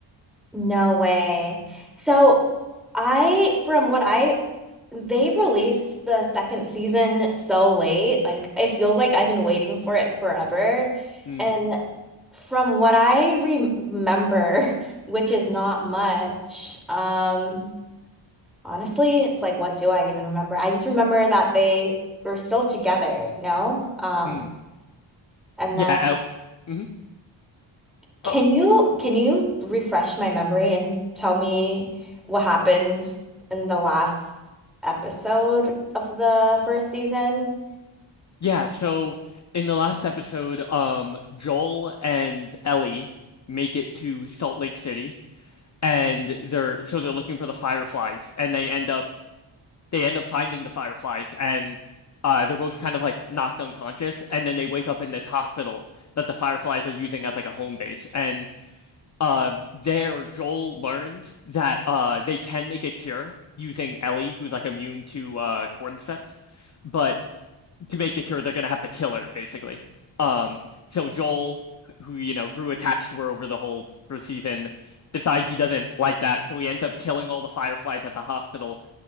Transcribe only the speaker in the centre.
No way. So, I from what I they've released the second season so late. Like it feels like I've been waiting for it forever.
And from what I remember, <laughs> which is not much, um Honestly, it's like, what do I even remember? I just remember that they were still together, no? Um,
and
then
can
you can you refresh my memory and tell me what happened in the last episode of the first season?